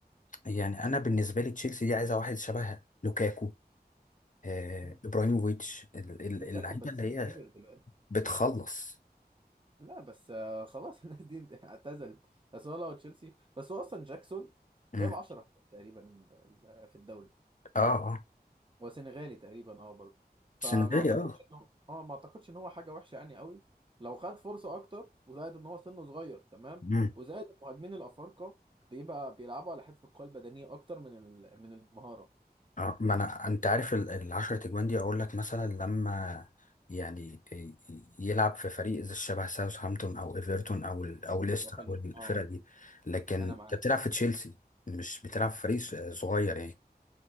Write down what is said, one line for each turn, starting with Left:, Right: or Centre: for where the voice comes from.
Left: يعني انا بالنسبه لي تشيلسي دي عايزه واحد شبه لوكاكو آه،
Right: مم.
Left: ابراهيموفيتش ال- ال-
Right: لوكاكو
Left: اللعيبه
Right: بس
Left: اللي
Right: ما
Left: هي
Right: كبر دلوقتي
Left: بتخلص
Right: لا بس آه، خلاص <laughs> الناس دي انت- اعتزلت بس هو لو تشيلسي بس هو اصلا جاكسون
Left: مم.
Right: جاب 10 تقريبا آه، في الدوري
Left: اه اه
Right: هو سنغالي تقريبا اه برضه فما
Left: سنغالي
Right: اعتقدش
Left: اه
Right: ان هو اه ما اعتقدش ان هو حاجه وحشه يعني قوي لو خد فرصه اكتر وزائد ان هو سنه صغير تمام
Left: مم.
Right: وزائد المهاجمين الافارقه بيبقى بيلعبوا على حته القوه البدنيه اكتر من ال... من المهاره
Left: اه ما انا انت عارف ال- العشرة اجوان دي اقول لك مثلا لما يعني ي- يلعب في فريق زي شبه ساوثهامبتون او ايفرتون او ال- او ليستر
Right: هيبقوا حلوين
Left: او الفرق
Right: اه
Left: دي لكن
Right: انا معاك
Left: انت بتلعب في تشيلسي مش بتلعب في فريق صغير يعني